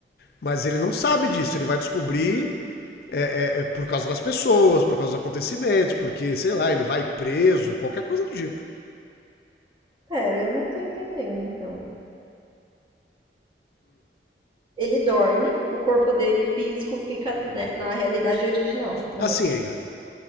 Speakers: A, on the left (about 55°); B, on the right (about 30°).
A: Mas ele não sabe disso, ele vai descobrir é, é, é por causa das pessoas, por causa dos acontecimentos, porque, sei lá, ele vai preso, qualquer coisa do tipo.
B: Pera, eu não tô entendendo então. Ele dorme, o corpo dele físico fica, né, na realidade original. no mundo.
A: Assim, ainda.